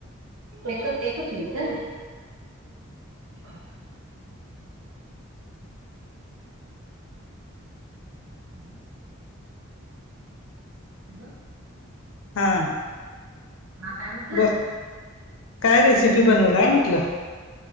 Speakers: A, on the right; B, on the left.
A: एकच एकच मिनिट हा <inaudible> <unintelligible> ह हॅलो
B: हा
A: हा काय म्हटलं.
B: बर काय रेसिपी बनवलाय म्हटलं.